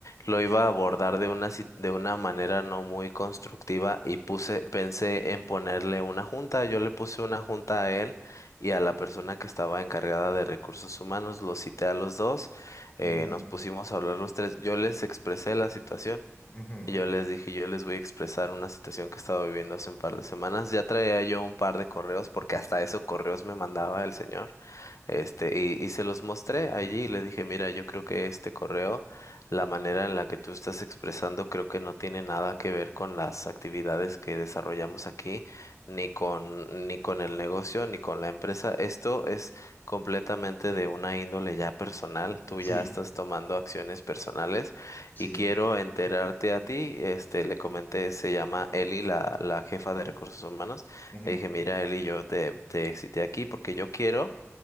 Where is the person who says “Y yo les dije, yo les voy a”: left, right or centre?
Left